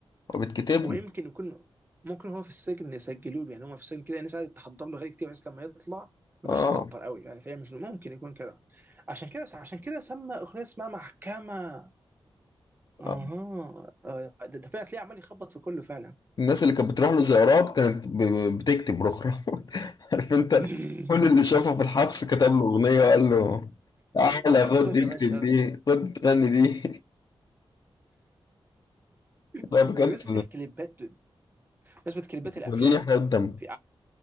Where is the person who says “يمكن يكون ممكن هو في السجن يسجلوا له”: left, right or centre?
Right